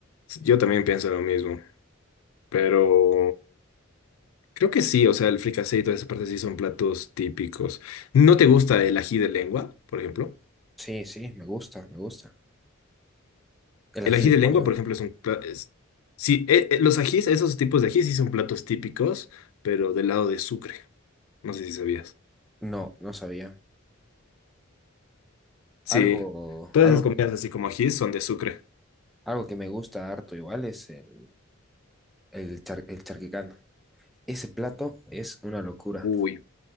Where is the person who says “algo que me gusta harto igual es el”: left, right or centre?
Centre